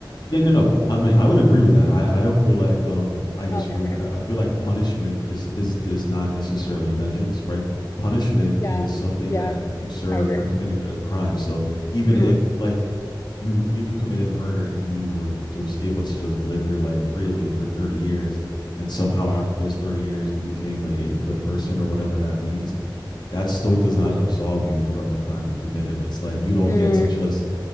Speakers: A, on the left; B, on the left.
A: yeah no no i mean i would agree with that i i don't feel like um i disagree
B: Oh, okay, okay.
A: with that i feel like punishment is is is not necessarily vengeance right punishment
B: Yeah,
A: is something
B: yeah,
A: that you serve
B: I agree.
A: for committing a crime so even
B: Mm-hmm.
A: if like you if you committed a murder and you were just able to just live your life freely for 30 years and somehow after those 30 years you became a, a good person or whatever that means that still does not absolve you from the crime you committed it's like you don't
B: Mm,
A: get to just